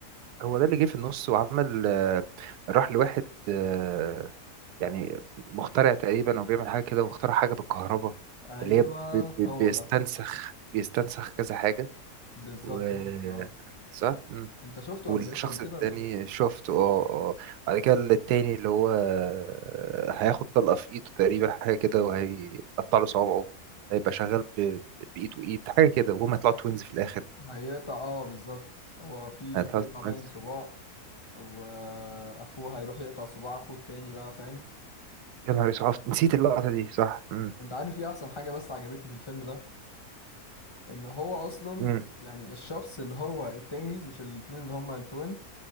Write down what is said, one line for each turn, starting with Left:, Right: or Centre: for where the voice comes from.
Right: هو ده اللي جه في النص وعمل آه، راح لواحد آه، يعني مخترع تقريبا او بيعمل حاجه كده واخترع حاجه بالكهرباء
Left: ايوه
Right: اللي هي ب- ب-
Left: هو
Right: بيستنسخ
Left: ده
Right: بيستنسخ كذا حاجه
Left: بالظبط
Right: و
Left: هو ده اه
Right: صح مم.
Left: انت شفته
Right: والشخص
Left: قبل ايه قبل كده
Right: التاني
Left: ولا ايه
Right: شفته اه اه بعد كده التاني اللي هو آه، هياخد طلقه في ايده تقريبا حاجه كده وهيقطع له صوابعه هيبقى شغال ب- ب- بايد وايد حاجه كده وهما يطلعوا توينز في الاخر
Left: هيقطع اه بالظبط هو في
Right: هيطلعوا
Left: هيقطع باين
Right: توينز
Left: صباع واخوه هيروح يقطع صباع اخوه التاني بقى فاهم
Right: يا نهار اسود عرفت- نسيت اللقطه دي صح مم.
Left: انت عارف ايه احسن حاجة بس عجبتني في الفيلم ده ان هو اصلا
Right: مم.
Left: يعني الشخص اللي هو التاني مش الاتنين اللي هما التوين